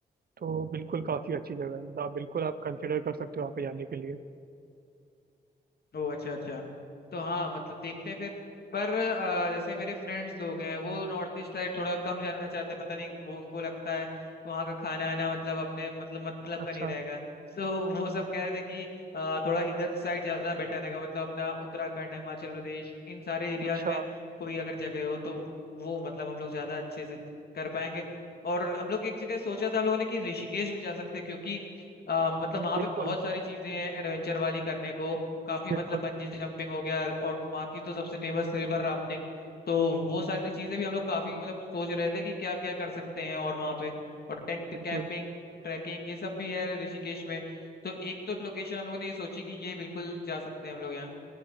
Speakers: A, on the right; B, on the left.
A: तो बिल्कुल काफ़ी अच्छी जगह है मतलब आप बिल्कुल आप कंसिडर कर सकते हो वहाँ पे जाने के लिए
B: ओ अच्छा अच्छा तो हाँ मतलब देखते हैं फिर पर अ, जैसे मेरे फ्रेंड्स लोग हैं वो नॉर्थ ईस्ट साइड थोड़ा कम जाना चाहते हैं पता नहीं वो उनको लगता है वहाँ का खाना आना मतलब अपने मतलब मतलब
A: अच्छा
B: का नहीं रहेगा सो वो सब कह रहे थे कि अ, थोड़ा इधर साइड ज्यादा बेटर रहेगा मतलब अपना उत्तराखंड हिमाचल प्रदेश इन सारे एरियाज
A: अच्छा
B: में कोई अगर जगह हो तो वो मतलब हम लोग ज्यादा अच्छे से कर पाएंगे और हम लोग एक जगह सोचा था हम लोगों ने कि ऋषिकेश भी जा सकते हैं क्योंकि अ, मतलब
A: हम्म,
B: वहां
A: बिल्कुल
B: पे बहुत सारी चीजें हैं एडवेंचर वाली करने को काफी
A: बिल्कुल
B: मतलब बंजी जंपिंग हो गया और वहाँ की तो सबसे फेमस रिवर राफ्टिंग तो वो सारी चीजें भी हम लोग काफी मतलब सोच रहे थे कि क्या क्या कर सकते हैं और वहाँ पे और टेंट
A: बिल्कुल
B: कैंपिंग ट्रैकिंग ये सब भी है ऋषिकेश में तो एक तो लोकेशन हम लोगों ने ये सोची कि ये बिल्कुल जा सकते हैं हम लोग यहाँ